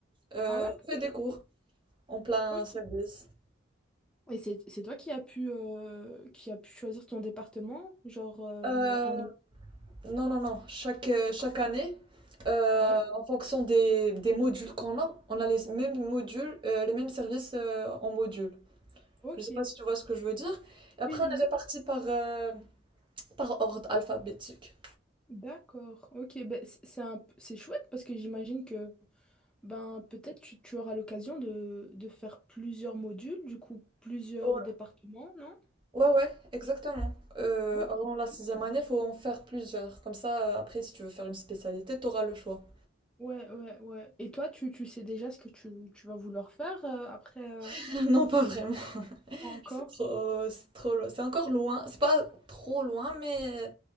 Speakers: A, on the right; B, in the centre.
A: euh,
B: Ah ouais,
A: on fait des cours en plein
B: ok.
A: service.
B: Et c'est c'est toi qui as pu euh, qui a pu choisir ton département, genre euh,
A: Euh,
B: en
A: Non, non, non. Chaque, euh, chaque année, euh,
B: ouais.
A: en fonction des, des modules qu'on a, on a les mêmes modules, euh, les mêmes services euh, en module.
B: Ok.
A: Je ne sais
B: Oui
A: pas si tu vois ce que je veux dire. Et après,
B: oui oui.
A: on est répartis par, euh, par ordre alphabétique.
B: D'accord. Ok. Ben, c'est c'est un p- c'est chouette parce que j'imagine que Ben, peut-être tu, tu auras l'occasion de, de faire plusieurs modules, du coup plusieurs
A: Ouais,
B: départements, non?
A: ouais, ouais, exactement. Euh,
B: Ok.
A: avant la sixième année, il faut en faire plusieurs. Comme ça, euh, après, si tu veux faire une spécialité, tu auras le choix.
B: Ouais, ouais, ouais. Et toi, tu, tu sais déjà ce que tu, tu vas vouloir faire euh, après euh,
A: <laughs> Non, pas vraiment.
B: pas encore?
A: C'est trop, c'est trop, lo- c'est encore loin. C'est pas trop loin, mais euh,